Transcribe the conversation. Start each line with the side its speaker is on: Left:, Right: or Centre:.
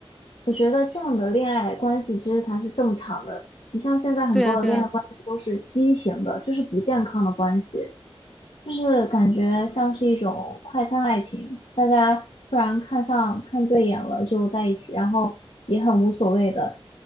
Left: 我觉得这样的恋爱关系其实才是正常的。你像现在很多的恋爱关系都是畸形的，
Centre: 对啊，对啊。
Left: 就是不健康的关系，就是感觉像是一种快餐爱情，大家突然看上看对眼了就在一起，然后也很无所谓的，